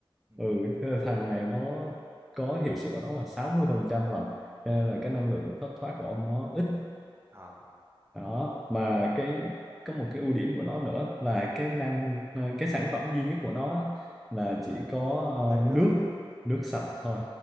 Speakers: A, on the right (about 25°); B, in the centre.
A: ừ.
B: ừ thế là thằng này nó có hiệu suất của nó là 60 phần trăm lần cho nên là
A: ừ.
B: cái năng lượng thất thoát của ông nó ít
A: à,
B: đó mà cái có một cái ưu điểm của nó nữa là cái năng ờ, cái sản phẩm duy nhất của nó là chỉ có ờ,
A: hơi nước
B: nước
A: à
B: nước sạch thôi